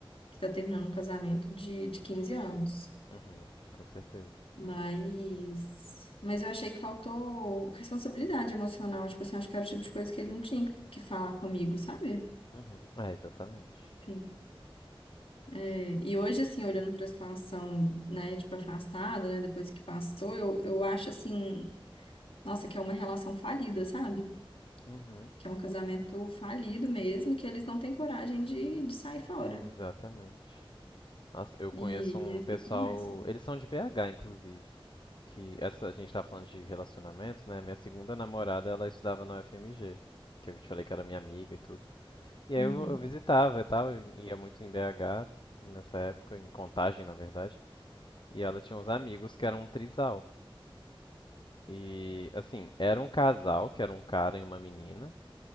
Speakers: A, on the left (about 75°); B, on the left (about 55°).
A: que tá terminando um casamento de, de 15 anos.
B: Uhum. Com certeza.
A: Mas, mas eu achei que faltou responsabilidade emocional, tipo assim, acho que era o tipo de coisa que ele não tinha que que falar comigo, sabe?
B: Uhum. Ah, exatamente.
A: Enfim. É, E hoje, assim, olhando para a situação, né, tipo, afastada, né, depois que passou, eu, eu acho, assim, nossa, que é uma relação falida, sabe?
B: Uhum.
A: que é um casamento falido mesmo, e que eles não têm coragem de, de sair fora.
B: Exatamente. Nossa, eu conheço
A: E,
B: um
A: e aí
B: pessoal.
A: ficam nessa.
B: Eles são de BH, inclusive. que essa a gente tá falando de relacionamentos, né? Minha segunda namorada, ela estudava na UFMG, que eu te falei que era minha amiga e tudo. E aí
A: Uhum.
B: eu, eu visitava e tal, eu ia muito em BH nessa época, em Contagem, na verdade. E ela tinha uns amigos que eram um trisal. E assim, era um casal, que era um cara e uma menina,